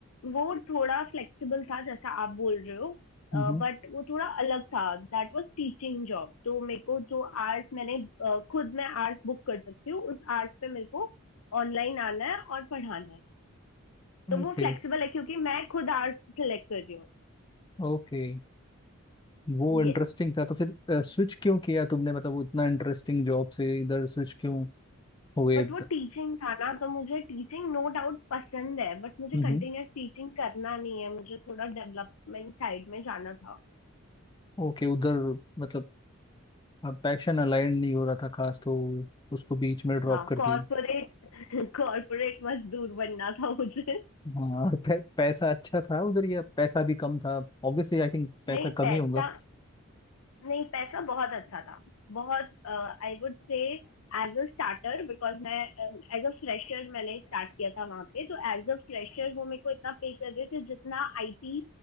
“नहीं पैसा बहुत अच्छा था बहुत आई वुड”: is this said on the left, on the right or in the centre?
Left